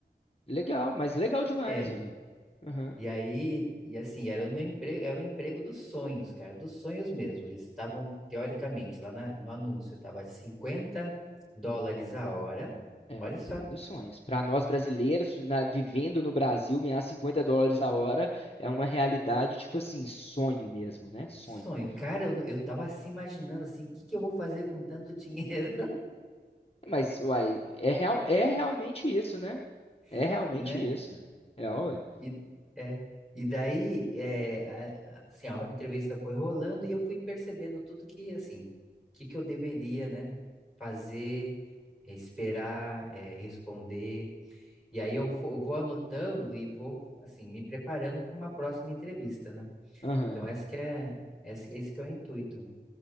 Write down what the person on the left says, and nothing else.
Legal, mas legal demais,
velho. Aham.
É,
emprego
dos sonhos. Para nós brasileiros, na- vivendo no Brasil, ganhar 50 dólares a hora é uma realidade, tipo assim, sonho mesmo, né? Sonho.
Mas, uai, é, real, é realmente isso, né? É
realmente
isso. velho. É,
ué.